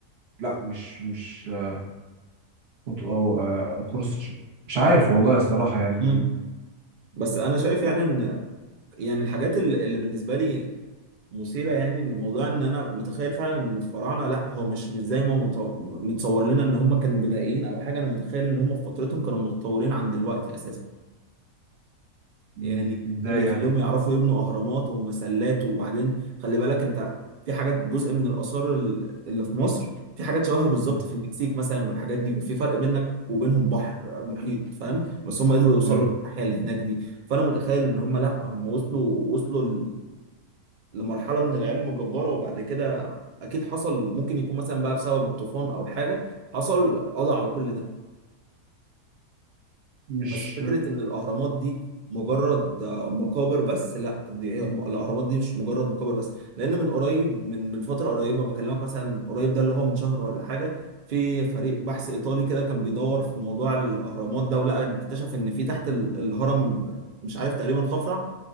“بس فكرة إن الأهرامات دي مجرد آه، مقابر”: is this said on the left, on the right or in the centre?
Right